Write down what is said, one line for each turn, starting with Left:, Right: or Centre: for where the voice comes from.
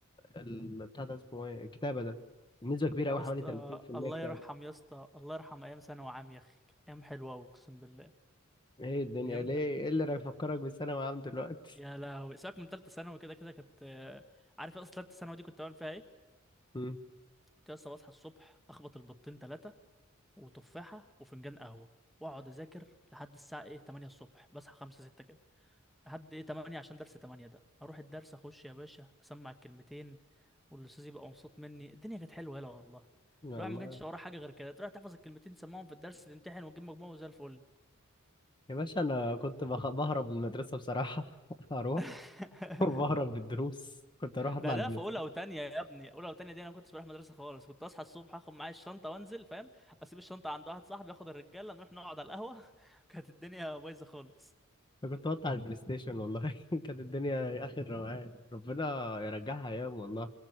Left: ال- بتاع ده اسمه ايه الكتابة ده نسبة كبيرة أوي
Centre: يا
Left: حوالي
Centre: اسطى
Left: 30%
Centre: الله
Left: كتابة
Centre: يرحم يا اسطى الله يرحم ايام ثانوي عام يا اخي كانت ايام حلوه أوي، اقسم بالله
Left: ايه الدنيا
Centre: ايام
Left: ليه ايه اللي هيفكرك بالثانوي عام دلوقتي
Centre: يا لهوي سيبك من ثالثه ثانوي كده كده كانت آه، عارف اصلا ثالثه ثانوي دي كنت بعمل فيها ايه
Left: مم.
Centre: كنت لسه بصحى الصبح اخبط البيضتين ثلاثه وتفاحه وفنجان قهوه واقعد اذاكر لحد الساعه ايه 8 الصبح بصحى 5 6 كده لحد ايه 8 عشان درس 8 ده اروح الدرس اخش يا باشا اسمع الكلمتين والاستاذ يبقى مبسوط مني الدنيا كانت حلوه يلا والله
Left: والله
Centre: الواحد ما كانش وراه حاجه غير كده تروح تحفظ الكلمتين تسمعهم في الدرس تمتحن وتجيب مجموع وزي الفل
Left: يا باشا أنا كنت بخ- بهرب من المدرسة بصراحة <laughs> أروح
Centre: <laughs>
Left: وبهرب بالدروس كنت أروح أطلع
Centre: ده ده
Left: البلاي
Centre: في اولى وتانية يا ابني اولى وتانية دي انا ما كنتش بروح مدرسه خالص كنت اصحى الصبح اخد معايا الشنطه وانزل فاهم اسيب الشنطه عند واحد صاحبي اخد الرجاله نروح نقعد على القهوه <laughs> كانت الدنيا بايظه خالص
Left: انا كنت بقطع البلاي ستيشن والله <laughs> كانت الدنيا اخر روقان ربنا يرجعها ايام والله